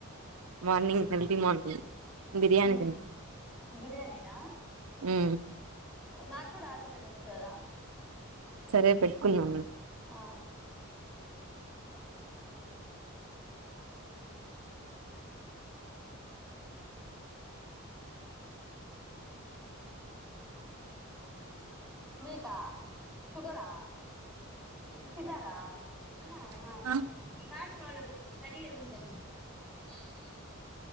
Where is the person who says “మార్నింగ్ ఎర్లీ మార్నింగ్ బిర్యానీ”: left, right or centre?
Right